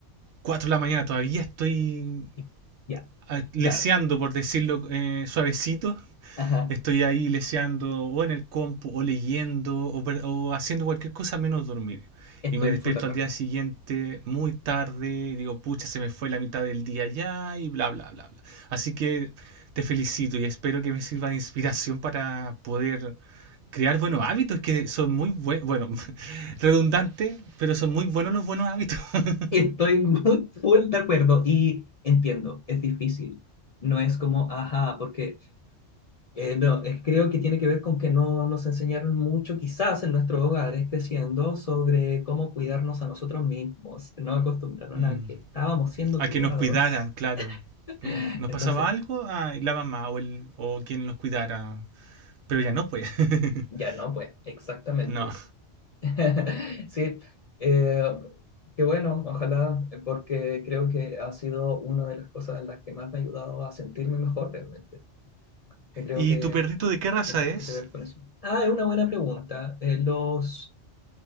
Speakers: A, on the right; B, on the left.
A: 4 de la mañana todavía estoy
B: Y Ya,
A: ah, leseando,
B: claro.
A: por decirlo eh, suavecito,
B: Ajá,
A: Estoy ahí leseando o en el compu o leyendo o, per- o haciendo cualquier cosa menos dormir.
B: estoy
A: Y me despierto
B: full de acuerdo.
A: al día siguiente muy tarde y digo, pucha, se me fue la mitad del día ya y bla, bla, bla, bla. Así que te felicito y espero que me sirva de inspiración para poder crear buenos hábitos que son muy buenos, bueno, <laughs> redundante, pero son muy buenos los buenos hábitos. <laughs>
B: Estoy muy full de acuerdo y entiendo, es difícil. No es como, ajá, porque eh, no, es- creo que tiene que ver con que no nos enseñaron mucho, quizás en nuestros hogares creciendo, sobre cómo cuidarnos a nosotros mismos. No acostumbraron
A: Mm,
B: a que estábamos siendo
A: A
B: cuidados.
A: que nos cuidaran, claro.
B: <laughs>
A: Que nos
B: Entonces,
A: pasaba algo, ah, y la mamá o, el, o quien nos cuidara Pero ya no, pues. <laughs>
B: ya no, pues, exactamente.
A: no.
B: <laughs> Sí, eh, qué bueno, ojalá, porque creo que ha sido una de las cosas en las que más me ha ayudado a sentirme mejor realmente. que creo
A: ¿Y
B: que
A: tu perrito de qué raza
B: tiene harto
A: es?
B: que ver con eso. Ah, es una buena pregunta. Eh, los